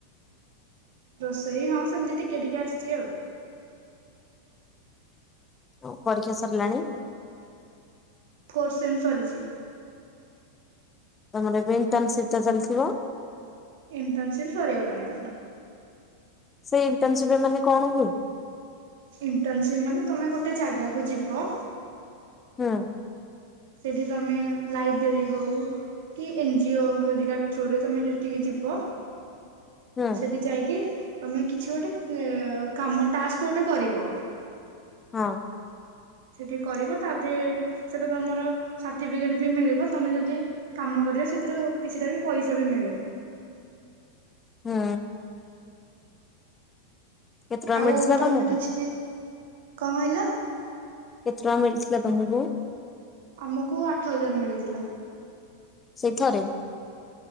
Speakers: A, on the right; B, on the left.
A: ରୋଷେଇ ହଁ ସେମିତି ଟିକେ ଟିକେ ଆସିଚି ଆଉ।
B: ଓ ପରୀକ୍ଷା ସରିଲାଣି?
A: ଫୋର୍ ସେମ୍ ସରିଚି।
B: ତମର ଏବେ ଇଣ୍ଟନସିପ ତ ଚାଲିଥିବ?
A: ଇଣ୍ଟର୍ନସିପ୍ ସରିଗଲାଣି ଆମର।
B: ସେଇ ଇଣ୍ଟର୍ନସିପରେ ମାନେ କଣ ହୁଏ?
A: ଇଣ୍ଟର୍ନସିପ୍ ମାନେ ତମେ ଗୋଟେ ଜାଗାକୁ ଯିବ
B: ହୁଁ।
A: ସେଠି ତମେ ଲାଇବ୍ରେରୀ ହଉ କି ଏନ୍ ଜିଓ ହେଲିକାର୍ ଥ୍ରୁରେ ତୁମେ ସେଠିକି ଯିବ।
B: ହୁଁ
A: ସେଠି ଯାଇକି ତମେ କିଛି ଗୋଟେ କାମ ଟାସ୍କ ଗୋଟେ କରିବ।
B: ହଁ।
A: ସେଇଠି କରିବ ତାପରେ ସେଟା ତମର ସାର୍ଟିଫିକେଟ ବି ମିଳିବ। ତମେ ଯଦି କାମ କରିବା ସେଥିରୁ କିଛିଟା ବି ପଇସା ବି ମିଳେ।
B: ହୁଁ। କେତେ ଟଙ୍କା
A: ଆଉ
B: ମିଳିଥିଲା
A: ତମର
B: ତମକୁ
A: କିଛି ବି କଣ କହିଲ?
B: କେତ ଟଙ୍କା ମିଳିଥିଲା ତମକୁ?
A: ଆମକୁ ଆଠ ହଜାର ମିଳିଥିଲା।
B: ସେଇ ଥରେ।